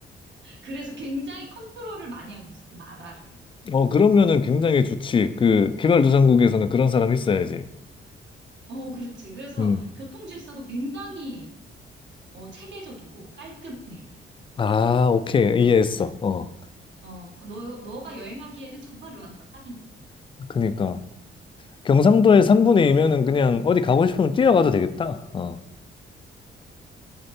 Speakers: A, on the right; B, on the left.
A: 그래서 굉장히 컨트롤을 많이 하고 있어, 그 나라를.
B: 어, 그러면은 굉장히 좋지. 그 개발도상국에서는 그런 사람이 있어야지.
A: 어, 그렇지. 그래서
B: 음.
A: 교통 질서도 굉장히, 어, 체계적이고 깔끔해.
B: 아, 오케이. 이해했어. 어.
A: 어, 너, 너가 여행하기에는 정말 르완다가 딱인 것 같아.
B: 그러니까 경상도의 3분의 2면은 그냥 어디 가고 싶으면 뛰어가도 되겠다. 어.